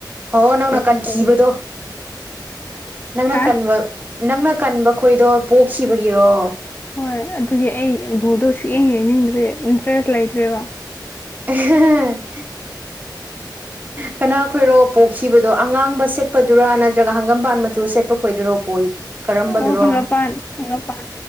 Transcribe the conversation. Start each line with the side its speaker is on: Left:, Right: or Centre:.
Right: ꯑꯣ ꯅꯪꯅ
Left: ꯀꯩꯅꯣꯝ
Right: ꯀꯟꯈꯤꯕꯗꯣ
Left: ꯇꯧꯋꯦꯅꯦ
Right: ꯅꯪꯅ
Left: ꯍꯥ
Right: ꯀꯟꯕ ꯅꯪꯅ ꯀꯟꯕ ꯈꯣꯏꯗꯣ ꯄꯣꯛꯈꯤꯕꯒꯤꯔꯣ
Left: ꯍꯣꯏ ꯑꯗꯨꯒꯤ ꯑꯩ ꯕꯣꯜꯗꯣ ꯁꯨꯛꯌꯦꯡ ꯌꯦꯡꯅꯤꯡꯗ꯭ꯔꯦ ꯏꯟꯇꯔꯦꯁ ꯂꯩꯇ꯭ꯔꯦꯕ
Right: <unintelligible> ꯀꯅꯥ ꯈꯣꯏꯔꯣ ꯄꯣꯛꯈꯤꯕꯗꯣ ꯑꯉꯥꯡꯕ ꯁꯦꯠꯄꯗꯨꯔꯥ ꯅꯠꯇ꯭ꯔꯒ ꯍꯪꯒꯝꯕꯥꯥꯟ ꯃꯆꯨ ꯁꯦꯠꯄ ꯈꯣꯏꯗꯔꯣ ꯄꯣꯏ ꯀꯔꯝꯕꯗꯨꯔꯣ
Left: ꯑꯣ ꯍꯪꯒꯄꯥꯟ ꯍꯪꯒꯄꯥꯟ